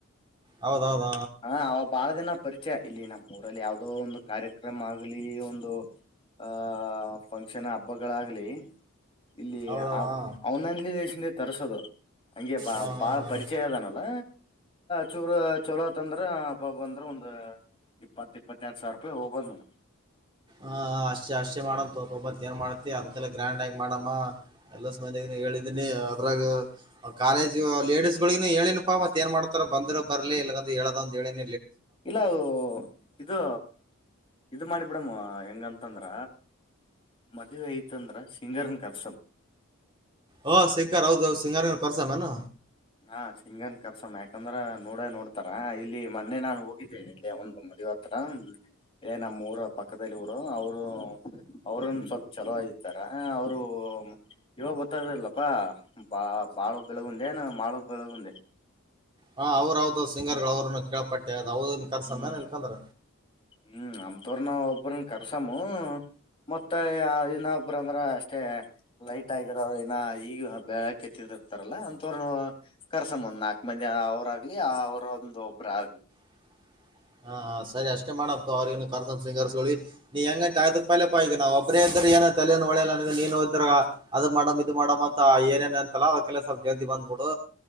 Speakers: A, on the right (about 20°); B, on the left (about 25°).
A: ಹೌದೌದ
B: ಹ ಅವ ಬಾಳ ದಿನ ಪರಿಚಯ ಇಲ್ಲಿ ನಮ್ಮ ಊರಲ್ಲಿ ಯಾವದೋ ಒಂದು ಕಾರ್ಯಕ್ರಮ ಆಗ್ಲಿ ಒಂದು ಆಹ ಫಂಕ್ಷನ್ ಹಬ್ಬಗಳಾಗ್ಲಿ ಇಲ್ಲಿ
A: ಹೌದೌದ
B: ಆ
A: ಹಾ
B: ಅವನಂದಲ ದಸಿಂದ ತರ್ಸೋದು ಹಂಗೆ ಬಾ
A: ಹಾ
B: ಬಾ
A: ಹಾ
B: ಪರಿಚಯ ಅದನಲ್ಲ ಚೂರು ಚಲೋ ಇತ್ತಂದ್ರ ಹಬ್ಬ ಅಂದ್ರ ಒಂದ್ ಇಪ್ಪತ್ತ ಇಪ್ಪತ್ತ ಎರಡು ಸಾವಿರ ರೂಪಾಯಿ ಹೋಗಬಂದ್ ನ
A: ಹಾ ಅಷ್ಟೆ ಅಷ್ಟೇ ಮಾಡತ್ ಒಬ್ಬಬ್ಬತ್ ಏನ್ ಮಾಡ ಅದಂತೆಲ್ಲ ಗ್ರ್ಯಾಂಡ್ ಆಗಿ ಮಾಡಮ್ಮ ಎಲ್ಲಂದ ಹೇಳಿದೀನಿ ಅದ್ರಾಗ ಕಾಲೇಜ್ ಲೇಡಿಸಸ್ ಗಳಗನು ಹೇಳೇನಪ್ಪಾ ಮತ್ತ ಏನ್ ಮಾಡ್ತಾರ ಬಂದ್ ಬರ್ಲಿ ಇಲ್ಲ ಹೇಳುದದ ಹೇಳನ
B: ಇಲ್ಲ ಅದು ಇದು ಇದು ಮಾಡಿ ಬಿಡಮ್ ಹೆಂಗಂತಂದ್ರ ಮದ್ವೆ ಐತಂದ್ರ ಸಿಂಗರ್ನ್ ಕರ್ಸಂ
A: ಓ ಸಿಂಗರ್ ಹೌದು ಸಿಂಗರ್ ಕರ್ಸಮೇನ
B: ನಾ ಸಿಂಗನ್ ಕರ್ಸಮ್ಮ ಯಾಕಂದ್ರ ನೋಡ ನೋಡ್ತಾರ ಇಲ್ಲಿ ಮೊನ್ನೆ ನಾನ್ ಹೋಗಿದ್ದೇನೆ ಇ ಒಂದೊ ಮದವತ್ರತ್ರ ಏ ನಮ್ಮ್ ಊರು ಪಕ್ಕದಲ್ಲಿ ಊರು ಅವರು ಅವ್ರನ್ ಸ್ವಲ್ಪ ಚಲೋ ಇದತಾರ ಅವರು ಇವಾಗ ಗೊತ್ತದಿಲ್ಲಪ್ಪಾ ಬಾ ಬಾಳ ಬೆಳಗುಂದೇ ನ ಮಾಡೋ ಬೆಳಗುಂದೆ
A: ಹಾ ಅವ್ರಾವ್ದ ಸಿಂಗರ್
B: ಹ್ಮ್
A: ಗಳು ಅವ್ರನು ಕೇಳಳ್ಪಟ್ಟೆ ಅ್ದ ನಿಖಾರ
B: ಹ್ಮ್
A: ಸಮಯಾನ ನಿಲ್ಕಂತ
B: ಹ್ಮ್ ಅಮ ತೋರ ನ ಒಬ್ಬ್ರನ್ನ ಕರ್ಸಾಮ ಮತ್ತ ಇನ್ನೊಬ್ರ ಅಂದ್ರ ಅಷ್ಟೇ ಲೈಟ್ ಆಗಿರೋ ಇನ ಈಗ ಬೆಳಕತ್ತಿದರ್ತಾರಲ್ಲ ಅಂತವ್ರ ಕರ್ಸ ಒಂದ್ ನಾಲ್ಕ ಮಂದಿ ಅವ್ರಾಗ್ಲಿ ಅವರ ಒಂದ ಒಬ್ಬ್ರ ಆಗ್ಲಿ
A: <inaudible> ಹಾ ಸರಿ ಅಷ್ಟೇ ಮಾಡಪ್ಪು ಅವ್ರಗನು ಕರ್ತ ಸಿಂಗ ಸಿ ನೀ ಹೆಂಗ ಪಪಗ ನಾ ಒಬ್ರೇದ್ದ ಏನ ತಲೆ ಒಳೆ ನನಗೆ ನೀನ್ ಹೋದ್ರಾಗ ಅದ ಮಾಡಮ್ ಇದು ಮಾಡಮ್ ಅಂತ ಏನೇನ ಲ ಅವ ಕೆಲಸವಲ್ಪ ಜಲ್ದಿ ಬಂದ್ಬಿಡು